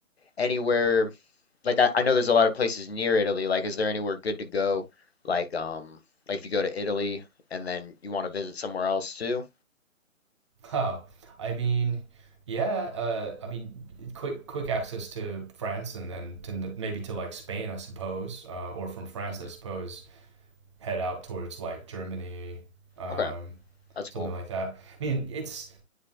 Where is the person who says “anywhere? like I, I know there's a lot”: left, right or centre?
Left